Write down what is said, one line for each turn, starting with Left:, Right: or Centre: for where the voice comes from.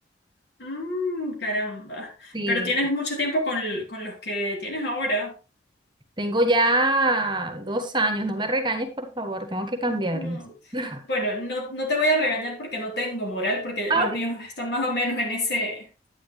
Left: Mm, caramba.
Right: Sí,
Left: Pero tienes mucho tiempo con, l- con los que tienes ahora.
Right: tengo ya dos años. No me regañes, por favor, tengo que cambiarlos.
Left: Mm.
Right: <laughs>
Left: Bueno, no, no te voy a regañar porque no tengo moral, porque
Right: Ah,
Left: los
Right: ok,
Left: míos están más o menos en ese,